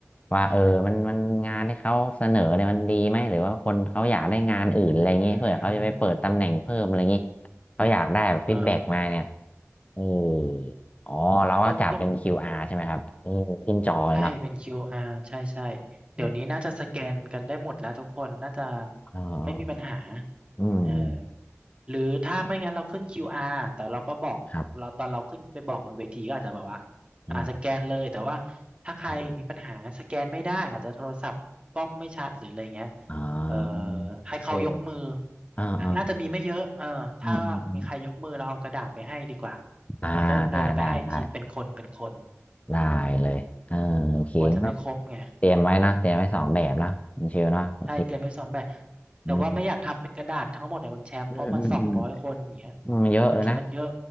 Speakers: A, on the left; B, on the right.
A: ว่าเออมันมันงานที่เขาเสนอเนี่ยมันดีไหมหรือว่าคนเขาอยากได้งานอื่นอะไรอย่างงี้เผื่อเขาจะไปเปิดตำแหน่งเพิ่มอะไรอย่างงี้
B: อืม
A: เขาอยากได้แบบฟีดแบ็กมาเนี่ย
B: เออเออ
A: เอออ๋อเราก็จัดเป็นคิวอาร
B: ก็ก็
A: r ใช่ไหมครับเออขึ้นจอเลยเนาะ
B: ใช่เป็น QR ใช่ใช่เดี๋ยวนี้น่าจะสแกนกันได้หมดแล้วทุกคน
A: อืม
B: น่าจะ
A: ออ
B: ไม่มีปัญหา
A: อืม
B: เออ หรือถ้าไม่งั้นเราขึ้น QR แต่เราก็บอกเราตอนเราขึ้นไปบอกบนเวทีก็อาจจะแบบว่า
A: ครับอืม
B: อ่าสแกนเลยแต่ว่าถ้าใครมีปัญหาสแกนไม่ได้อาจจะโทรศัพท์กล้องไม่ชัดหรืออะไรเงี้ย
A: ใช่อ๋อ
B: เอ่อให้เขายกมือ
A: เอออ่าอ่า
B: น่าจะมีไม่เยอะเออถ้ามีใครยกมือเราเอากระดาษไปให้ดีกว่า
A: อืมอืมอืมอ่าได้ได้ได้
B: แล้วก็เดินเอาไปให้ทีเป็นคนเป็นคน
A: ได้เลยเออโอเคก็
B: อืมกลัวจะไม่ครบไง
A: เตรียมไว้นะ เตรียมไว้สองแบบนะคุณเชวเนาะโอเค
B: ใช่เตรียมไว้ซ้อมแบบแต่ว่าไม่อยากทำเป็นกระดาษทั้งหมดเลยคุณแชมป์เพราะมันสองร้อยคนอย่างเงี้ย
A: อืมอืมอืมอืมอืมเยอะเลยนะ
B: บางทีมันเยอะ